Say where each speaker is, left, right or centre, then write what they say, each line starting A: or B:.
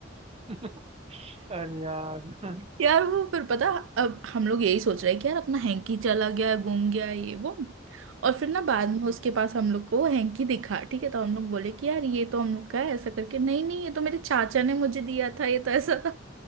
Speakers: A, on the right; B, on the right.
A: <laughs> अरे यार <laughs>
B: यार वो फिर पता अब हम लोग यही सोच रहे हैं कि यार अपना हैंकी चला गया गुम गया ये वो और फिर ना बाद में उसके पास हम लोग को हैंकी दिखा ठीक है तो हम लोग बोले कि यार ये तो हम लोग का है ऐसा करके नहीं नहीं ये तो मेरे चाचा ने मुझे दिया था ये तो ऐसा था